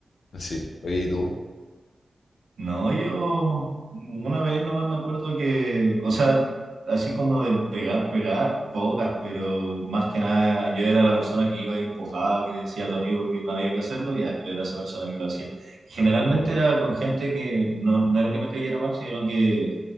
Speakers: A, on the left; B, on the right.
A: Sí, oye, ¿y tú?
B: No, yo una vez nomás me acuerdo que, o sea, así como de pegar, pegar, pocas, pero más que nada yo era la persona que iba y empujaba, que decía a tu amigo que no había que hacerlo, ya, yo era esa persona que lo hacía. Y generalmente
A: Claro.
B: era con gente que no, no era que me cayera mal, sino que